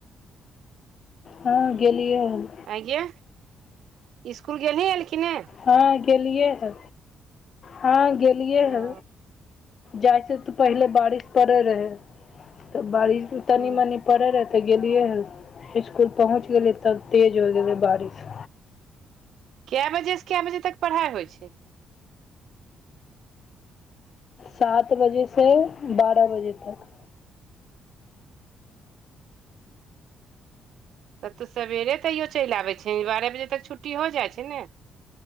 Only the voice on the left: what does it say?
हँ गेलियै हन
हँ गेलियै हँ हँ गेलियै हँ
जाइसँ तऽ पहिले बारिश पड़ै रहै तऽ बारिश तनी
मनी पड़े रहै तऽ गेलियै हन इसकुल पहुँच गेलियै तब तेज हो गेलै बारिश
सात बजे से बारह बजे तक